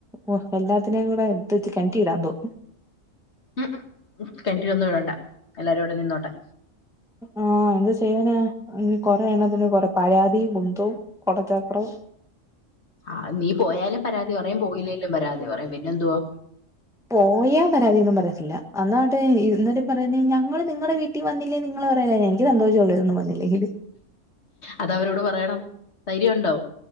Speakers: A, in the centre; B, on the left.
A: ഓ എല്ലാത്തിനെയും കൂടെ എടുത്ത് വെച്ച് കെണറ്റി ഇടാന്തോന്നും
B: ഉം ഉം കിണറ്റിയൊന്നും ഇടണ്ട എല്ലാരും ഇവിടെ നിന്നോട്ടെ
A: ആഹ് എന്താ ചെയ്യാനാ കൊറെ എണ്ണതിന് കൊറെ പരാതി കുന്തോം കൊടച്ചക്രവും
B: ആ നീ പോയാലും പരാതി പറയും പോയില്ലേലും പരാതി പറയും പിന്നെ എന്തുവാ
A: പോയാ പരാതിയോന്നും പറയത്തില്ല എന്നട്ട് ഇന്നട്ടെ പറയുന്ന ഞങ്ങള് നിങ്ങള വീട്ടിൽ ട്ടിൽ വന്നില്ലേൽ നിങ്ങൾ പറയുലോ എനിക്ക് സന്തോഷംള്ളൂ ഇതൊന്നും വന്നില്ലേല്
B: അതവരോട് പറയണം. ധൈര്യമുണ്ടോ?